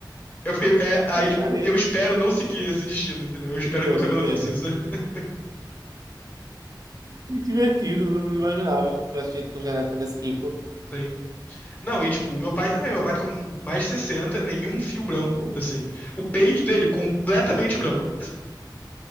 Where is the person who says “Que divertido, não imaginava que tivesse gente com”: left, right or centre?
Right